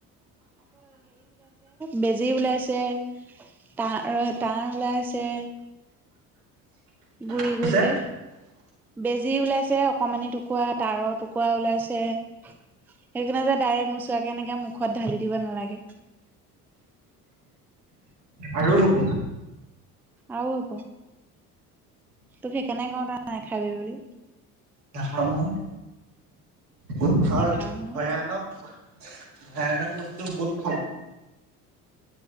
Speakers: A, in the centre; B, on the right.
A: বেজী ওলাইছে, তা তাঁৰ ওলাইছে। গুৰি
B: দিছে
A: গুৰি কে। বেজী ওলাইছে অকণমানি টুকুৰা, তাঁৰৰ টুকুৰা ওলাইছে। সেইকাৰণে যে ডাইৰেক্ট নোচোৱাকে এনেকে মুখত ঢালি দিব নালাগে।
B: আৰু হ'ব।
A: আও হ'ব। তোক সেইকাৰণে কওঁ ত নেখাবি বুলি।
B: নাখাও নহয়। গোদখা
A: নেখাও
B: এতি
A: নহয়
B: ভয়ানক, ভয়ানক বস্তু গোটখা।